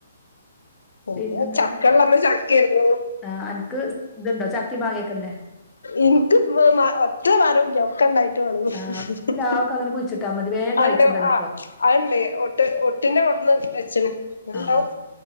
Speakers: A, on the left (about 80°); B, on the left (about 15°).
A: ഒന്ന്
B: പിന്നെന്തൊക്കെ
A: ചക്കള്ളന്ന് ചക്കെര്ന്നു.
B: ആഹ് അൻക്ക് ത്ണ്ടോ, ചക്കിം, മാങ്ങിയെക്കെല്ലേ?
A: ഇൻക്ക് മ് മാ ഒറ്റ മരൂല്ലൃ ഒക്കെണ്ടായി ട്ട് ഹ്
B: ആഹ്
A: ഹ്ഹ് ഹ്
B: പ്ലാവൊക്കെ അങ്ങനെ കുഴിച്ചിട്ടാ മതി വേഗം കായ്ച്ചുണ്ടല്ലോ
A: അഹ്ണ്ട് ആഹ്
B: ഇപ്പൊ
A: അഹ്ണ്ട് ഒ ഒട്ട് ഒട്ടിന്റെ കൊട്ന്ന് വെച്ച്ണ് അഹ്ണ്ടാവും.
B: ആഹ്